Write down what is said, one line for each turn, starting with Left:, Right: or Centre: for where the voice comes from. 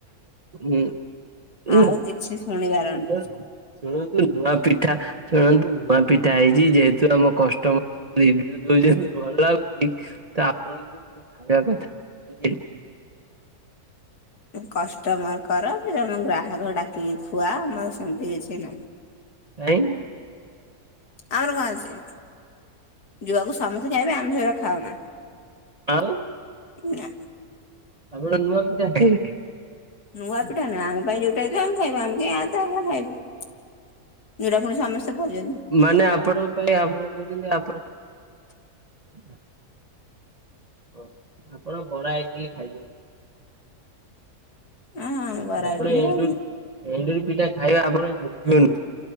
Right: <unintelligible>
Left: ଆଉ କିଛି ଶୁଣିବାର
Right: ଶୁଣ ଶୁଣନ୍ତୁ ନୂଆ ପିଠା ଶୁଣନ୍ତୁ। ନୂଆ ପିଠା ହେଇଛି ଯେହେତୁ ଆମ କଷ୍ଟମର ସବୁ ରିଭୁ ଦେଉଛନ୍ତି ଭଲ ଲାଗୁଛି ତ ଆପଣଙ୍କୁ ଖାଇବା କଥା ବୁଝିଲେ।
Left: କଷ୍ଟମର କର କି ତମେ ଗ୍ରାହକ ଡାକି ଖୁଆ ଆମର ସେମିତି କିଛି ନାହିଁ।
Right: କାଇଁ
Left: ଆମର କଣ ଅଛି। ଯୁଆକୁ ସମସ୍ତେ ଖାଇବେ ଆମେ ସେରାକ ଖାଉନା।
Right: ଆଉ।
Left: ନା।
Right: ଆପଣ ନୂଆ ପିଠା ଖାଇବେ।
Left: ନୂଆ ପିଠା ନା ଆମ ପାଇଁ ଯୋଉଟା ହେଥିବ ଆମେ ଖାଇମୁ। ଆମେ କାଇଁ ଆ ତା ଭାଗ ଖାଇବୁ ଯୋଉଟା ପୁଣି ସମସ୍ତେ ଖୋଜ
Right: ମାନେ ଆପଣ ପାଇଁ ଆପଣ କଉଚନ୍ତି ଆପଣ ଓ ଆପଣ ବରା ଇଡିଲ୍ ଖାଇବେ।
Left: ହଁ ଆମେ ବରା
Right: ଆପଣ
Left: ଇଟିଲି
Right: ଏଣ୍ଡୁରି
Left: ଖାଇବୁ
Right: ଏଣ୍ଡୁରି ପିଠା ଖାଇବା ଆପଣ ଯୋଗ୍ୟନୁହଁ।